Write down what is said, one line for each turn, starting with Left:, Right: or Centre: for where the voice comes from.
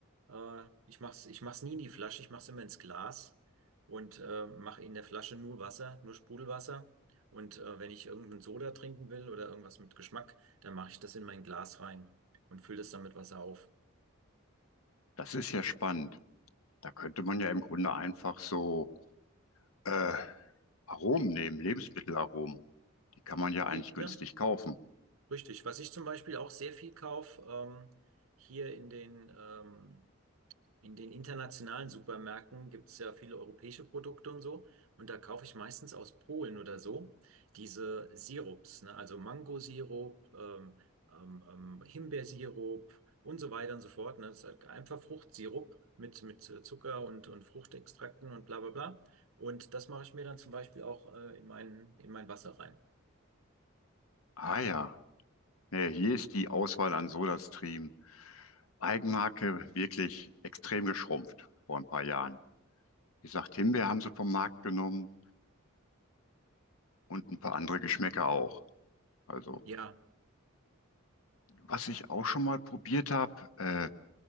Right: Äh, ich mach's, ich mach's nie in die Flasche, ich mach's immer ins Glas und äh, mache in der Flasche nur Wasser, nur Sprudelwasser. Und äh, wenn ich irgendeinen Soda trinken will oder irgendwas mit Geschmack, dann mache ich das in mein Glas rein und fülle das dann mit Wasser auf.
Left: das ist ja spannend. Da könnte man ja im Grunde einfach so äh, Aromen nehmen, Lebensmittelaromen. Die kann man ja eigentlich
Right: Ge-
Left: günstig
Right: Ja,
Left: kaufen.
Right: richtig. Was ich zum Beispiel auch sehr viel kaufe, ähm, hier in den ähm, In den internationalen Supermärkten gibt es ja viele europäische Produkte und so. Und da kaufe ich meistens aus Polen oder so diese Sirups, ne? Also Mangosirup, ähm, ähm, ähm, Himbeersirup und so weiter und so fort. Ne? Das ist halt einfach Fruchtsirup mit, mit äh, Zucker und, und Fruchtextrakten und bla bla bla. Und das mache ich mir dann zum Beispiel auch äh, in mein, in mein Wasser rein.
Left: Ah ja, nee, hier ist die Auswahl an SodaStream. Eigenmarke wirklich extrem geschrumpft vor ein paar Jahren. Wie gesagt, Himbeer haben sie vom Markt genommen und ein paar andere Geschmäcker auch. Also,
Right: Ja.
Left: was ich auch schon mal probiert habe, äh,